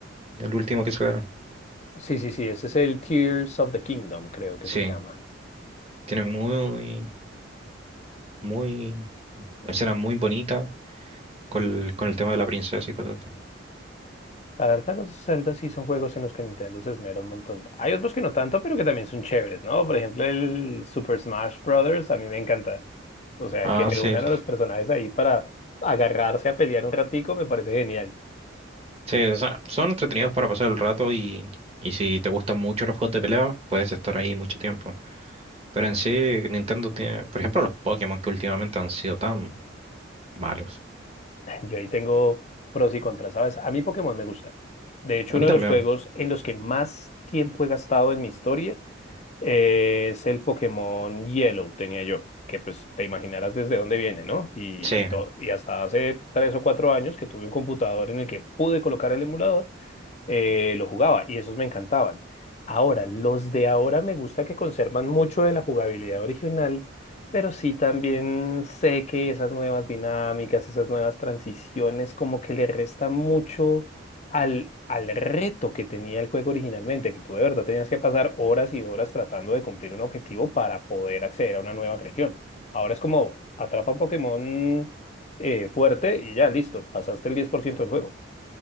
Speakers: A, on the right; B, on the left.
A: El último que sacaron.
B: Sí, sí, sí, ese es el Tears of the Kingdom, creo que
A: Sí,
B: se llama.
A: tiene muy, muy, escenas muy bonitas con, el- con el tema de la princesa y cosas así.
B: La verdad, los Zelda sí son juegos en los que Nintendo se esmera un montón. Hay otros que no tanto, pero que también son chéveres, ¿no? Por ejemplo, el Super Smash Bros. a mí me encanta. O sea,
A: Ah,
B: que reúnan
A: sí,
B: a los personajes ahí para agarrarse a pelear un ratico me parece genial.
A: Sí, o sea, son entretenidos para pasar el rato y, y si te gustan mucho los juegos de pelea, puedes estar ahí mucho tiempo. Pero en sí, Nintendo tiene, por ejemplo, los Pokémon que últimamente han sido tan malos.
B: <laughs> Yo ahí tengo pros y contras, ¿sabes? A mí Pokémon me gusta. De hecho,
A: A
B: uno
A: mí
B: de
A: también.
B: los juegos en los que más tiempo he gastado en mi historia eh, es el Pokémon Yellow, tenía yo, que pues te imaginarás desde dónde viene, ¿no? Y,
A: Sí,
B: y, to- y hasta hace tres o cuatro años que tuve un computador en el que pude colocar el emulador, eh, lo jugaba y esos me encantaban. Ahora, los de ahora me gusta que conservan mucho de la jugabilidad original, pero sí también sé que esas nuevas dinámicas, esas nuevas transiciones, como que le resta mucho al, al reto que tenía el juego originalmente, que tú de verdad tenías que pasar horas y horas tratando de cumplir un objetivo para poder acceder a una nueva región. Ahora es como atrapa un Pokémon eh, fuerte y ya, listo, pasaste el 10% del juego.